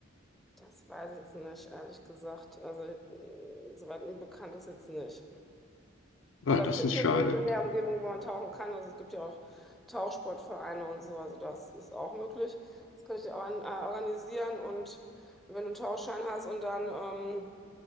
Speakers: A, in the centre; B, on the left.
A: das weiß ich jetzt nicht, ehrlich gesagt. Also mh, soweit mir bekannt ist jetzt nicht.
B: Ah,
A: Aber
B: das
A: es gibt
B: ist
A: hier
B: schade.
A: Seen in der Umgebung, wo man tauchen kann. Also es gibt ja auch Tauchsportvereine und so. Also das ist auch möglich. Das könnte ich dir auch an, äh, organisieren und wenn du einen Tauchschein hast und dann... Ähm,